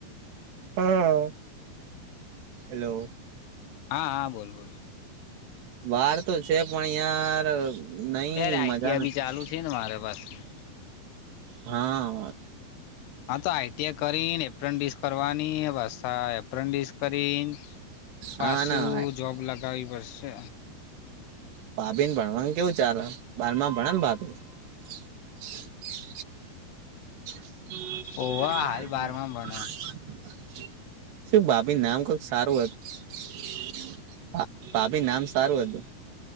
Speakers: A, on the right; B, on the left.
A: હા હેલો
B: હા હા બોલ બોલ
A: વાર તો છે પણ અહિયાંર નહી
B: યાર આઈટીઆઈ
A: મજા નથી
B: બી ચાલુ છે ને મારે પાસે
A: હા
B: હા તો આ તે્યા કરીને એપ્રેન્ડિસ કરવાની બસ આ એપ્રેન્ડિસ કરી પાસું
A: હા ના
B: જોબ લગાવી પડશે
A: ભાભી ને ભણવાનું કેવું ચાલ બારમાં ભણે ને ભાભી <inaudible> <inaudible>
B: ઓવા હાલ બારમાં ભણે
A: શું ભાભી નામ કક સારું હતું ભાભી નામ સારું હતું